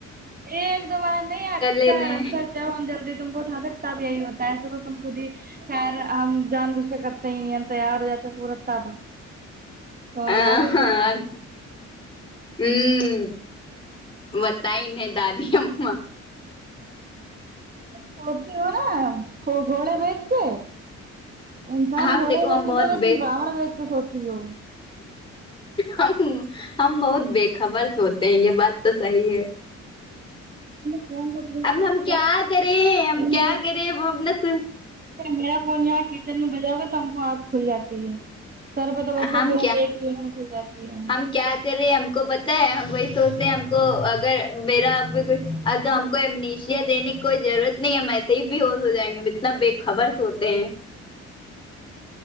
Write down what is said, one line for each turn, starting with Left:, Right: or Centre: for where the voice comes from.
Right: ایک دو بار نہیں اکثر
Left: لینے
Right: اکثر جب ہم جلدی تم کو اٹھاتے تب یہی ہوتا ہےصبح تم کو دیکھ خیر ہم جان بوھ کے کرتے ہی نہیں تیار ہو جاتے پورا تب کال
Left: ہاں
Right: اگئی تو اگئی
Left: ہوں بتاان دادی اما
Right: سوتی ہو نا گھوڑے بیج کے انسان
Left: ہم
Right: گھوڑے
Left: دیکھو
Right: بیچ
Left: ہم بہت
Right: کے سو گا
Left: بے
Right: تم راوون بیچ کے سوتی ہو
Left: ہم ہم بہت بے خبر سوتے یہ بات تو صحیح ہے
Right: فون کر
Left: اب
Right: میرا
Left: ہم کیا
Right: ما ف
Left: کریں ہم
Right: <unintelligible>
Left: کیا کریں وہ اپنا
Right: میرا فون یہاں کچن میں بجا ہو گا تو ہم کو آنکھ کھل جاتی ہے سر پہ تو بچتا
Left: ہم
Right: ترنت میں کھل جاتی ہے
Left: ہم کیا کرے ہم کو پتا ہے ہم وہی سوچتے ہیں ہم کو اگر میرا تو ہم کو امنیشیا دینے کی کوئی ضرورت نہیں ہے ہم ایسے ہی بےہوش ہو جائیں گے ہم اتنا بے خبر سوتے ہیں